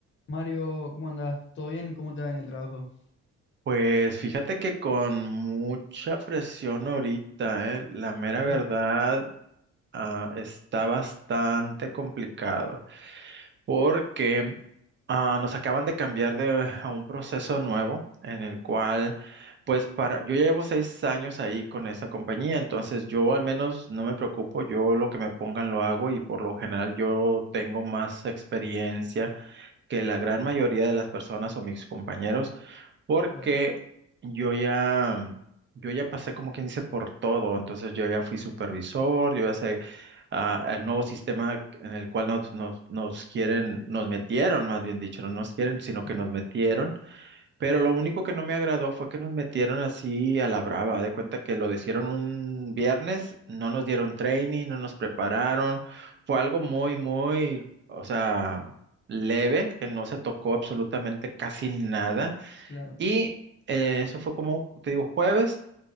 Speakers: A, on the left; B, on the right.
A: Mario, ¿cómo andás? ¿Todo bien? ¿Cómo te va en el trabajo?
B: Pues fíjate que con mucha presión ahorita, eh, la mera
A: Sí,
B: verdad, ah, está bastante complicado porque ah, nos acaban de cambiar de, a un proceso nuevo en el cual, pues para, yo ya llevo seis años ahí con esa compañía, entonces yo al menos no me preocupo, yo lo que me pongan lo hago y por lo general yo tengo más experiencia que la gran mayoría de las personas o mis compañeros, porque
A: claro,
B: yo ya, mm, yo ya pasé como quien dice por todo, entonces yo ya fui supervisor, yo ya sé ah, el nuevo sistema en el cual nos, nos, nos quieren, nos metieron, más bien dicho, no nos quieren, sino
A: ujú,
B: que nos metieron pero lo único que no me agradó fue que nos metieron así a la brava. De cuenta que lo hicieron un viernes, no nos dieron training, no nos prepararon. Fue algo muy, muy, o sea, leve, que no se tocó absolutamente casi nada.
A: claro.
B: Y eh, eso fue como, te digo, jueves,